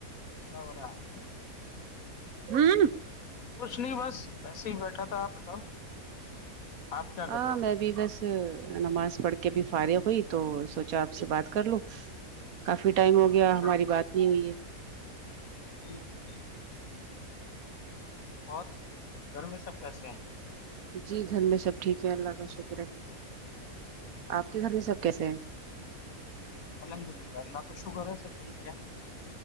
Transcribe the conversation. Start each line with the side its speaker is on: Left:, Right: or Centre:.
Left: کیا ہو رہا ہے
Right: ہمم
Left: کچھ نہیں بس ایسے ہی بیٹھا تھا آپ بتاؤ آپ کیا
Right: ہاں
Left: کر رہے ہو
Right: میں بھی بس نماز پڑھ کے ابھی فارغ ہوئی تو سوچا آپ سے بات کر لو کافی ٹائم ہو گیا
Left: اچھا
Right: ہماری بات نہیں ہوئی ہے
Left: جی جی اور گھر میں سب کیسے ہیں
Right: جی گھر میں سب ٹھیک ہے اللہ کا شکر ہے آپ کے گھر میں سب کیسے ہیں
Left: الحمد للہ اللہ کا شکر ہے سب ٹھیک ہے